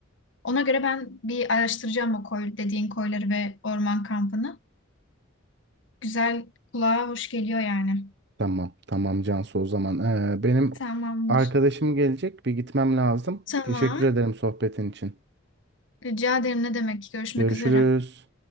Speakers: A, on the left; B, on the right.
A: Ona göre ben bir araştıracağım o koy, dediğin koyları ve orman kampını. Güzel, kulağa hoş geliyor yani.
B: Tamam, tamam Cansu o zaman. E, benim
A: Tamamdır.
B: arkadaşım gelecek. Bir gitmem lazım.
A: Tamam.
B: Teşekkür ederim sohbetin için.
A: Rica ederim ne demek. Görüşmek
B: Görüşürüz.
A: üzere.